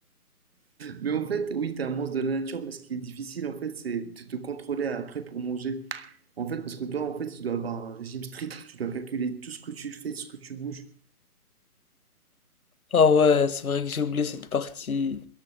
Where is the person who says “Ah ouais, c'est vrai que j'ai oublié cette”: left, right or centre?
Left